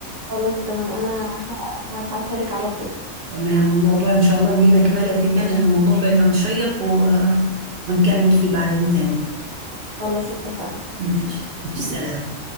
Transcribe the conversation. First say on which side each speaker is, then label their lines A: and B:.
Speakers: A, on the right; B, on the right.
A: خلاص تمام انا ه- هبعتها لك على طول
B: تمام والموضوع إن شاء الله لينا كمالة فيه تاني لأن الموضوع بقى شيق و... ونكمل فيه بعدين تاني
A: خلاص اتفقنا
B: ماشي سلام